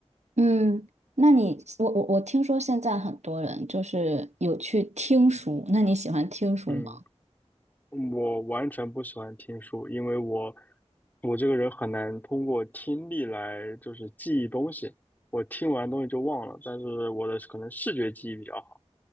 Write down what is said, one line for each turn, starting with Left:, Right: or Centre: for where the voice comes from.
Right: 嗯，那你我我我听说现在很多人就是有去听书，那你喜欢听书吗？
Left: 嗯，嗯我完全不喜欢听书，因为我我这个人很难通过听力来就是记忆东西。我听完东西就忘了，但是我的可能视觉记忆比较好，